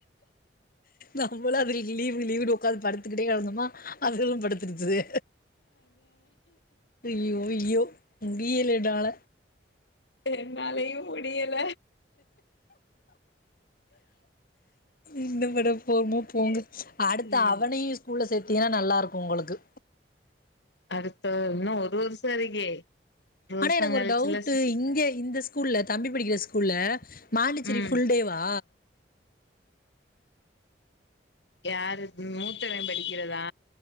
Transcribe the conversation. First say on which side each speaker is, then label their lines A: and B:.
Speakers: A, on the left; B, on the left.
A: நம்மளு அதுங்களுக்கு லீவ் லீவ்னு கால் படு த்துகிட்டே இருந்தோம்னா அதுகளு படுத்துருது ஐயோ ஐயோ முடியல என்னால
B: என்னாலயு முடியல
A: இந்த விட போறமோ போங்க அடுத்த
B: ம்
A: அவனையு ஸ்கூல்ல சேத் தீனா நல்லாருக்கு உங்களுக்கு
B: அடுத்த இன்னு ஒரு வருஷோ இருக்கே ஒரு வருஷோ
A: ஆனா எனகொரு
B: கழிச்சுல
A: டவுட்டு
B: ஸ்
A: இங்க இந்த ஸ்கூல்ல தம்பி படிக்கிற ஸ்கூல்ல மான்டிசெரி
B: ம்
A: ஃபுல் டேவா
B: யாரு மூத்தவெ படிக்கிறதா